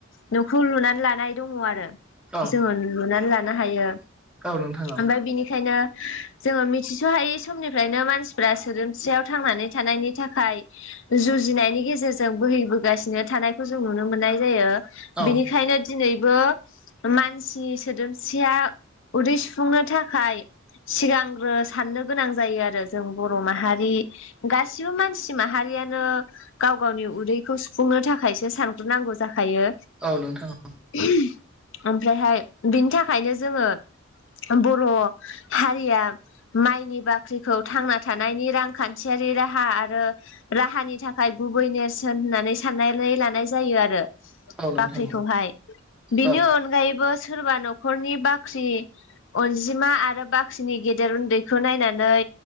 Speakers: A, on the left; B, in the centre.
A: न'खौ लुनानै लानाय दङ आरो।
B: औ
A: जोङो लुनानै लानो हायो
B: औ नोंथां
A: ओमफ्राय बिनिखायनो जोङो मिथिस'हायै समनिफ्रायनो मानसिफ्रा सोदोमस्रियाव थांनानै थानायनि थाखाय जुजिनायनि गेजेर जों बोहैबोगासिनो थानायखौ जों नुनो मोननाय जायो
B: औ
A: बेनिखायनो दिनैबो मानसि सोदोमस्रिया उदै सुफुंनो थाखाय सिगांग्रो साननो गोनां जायो आरो जों बर' माहारि गासिबो मानसि माहारियानो गाव गावनि उदैखौ सुफुंनो थाखायसो सानग्रोनांगौ जाखायो।
B: औ नोंथाङा औ।
A: ओमफ्रायहाय बिनि थाखायनो जोङो बर' हारिया माइनि बाख्रिखौ थांना थानायनि रांखान्थियारि राहा आरो राहानि थाखाय गुबै नेरसोन होननानै साननानै लानाय जायो आरो।
B: औ नोंथां
A: बाख्रिखौहाय बिनि
B: औ
A: अनगायैबो सोरबा न'खरनि बाख्रि अनजिमा आरो बाख्रिनि गेदेर उन्दैखौ नायनानै